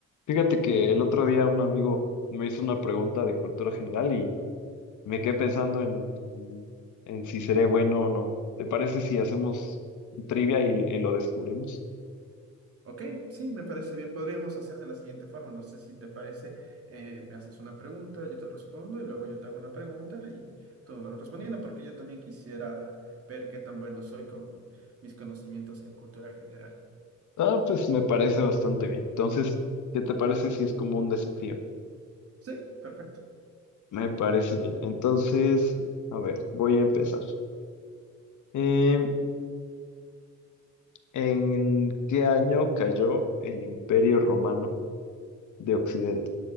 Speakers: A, on the left; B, on the right.
A: Fíjate que el otro día un amigo me hizo una pregunta de cultura general y me quedé pensando en, mm, en si seré bueno o no. ¿Te parece si hacemos un trivia y, y lo descubrimos?
B: Ok, sí, me parece bien. Podríamos hacer de la siguiente forma. No sé si te parece. eh, me haces una pregunta, yo te respondo y luego yo te hago una pregunta y tú me vas respondiendo porque yo también quisiera ver qué tan bueno soy con mis conocimientos en cultura general.
A: Ah, pues me parece bastante bien. Entonces, ¿qué te parece si es como un desafío?
B: Sí, perfecto.
A: Me parece bien. Entonces, a ver, voy a empezar. Eh, ¿en qué año cayó el Imperio Romano de Occidente?